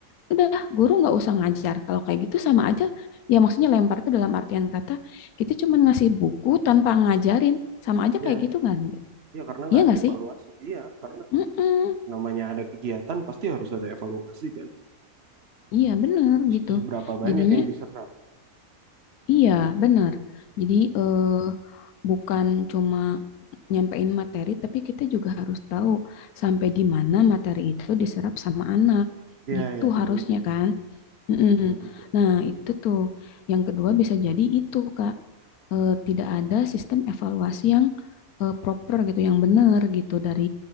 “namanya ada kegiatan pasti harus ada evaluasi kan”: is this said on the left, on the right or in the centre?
Right